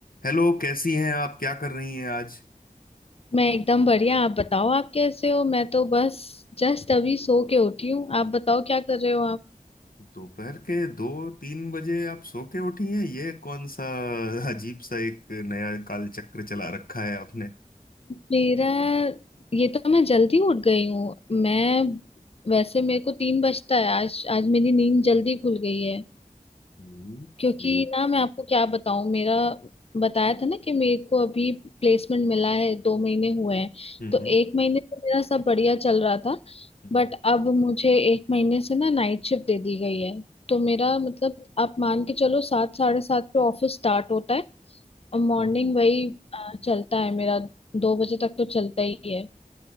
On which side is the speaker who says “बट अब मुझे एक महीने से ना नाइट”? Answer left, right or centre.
Left